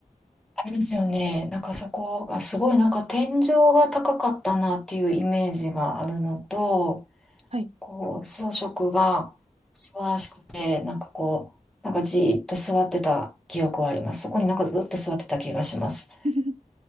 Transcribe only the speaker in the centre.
ありますよね。なんかそこがすごいなんか天井が高かったなっていうイメージがあるのと、
こう、装飾が素晴らしくて、なんかこう、なんかじーっと座ってた記憶はあります。そこになんかずっと座ってた気がします。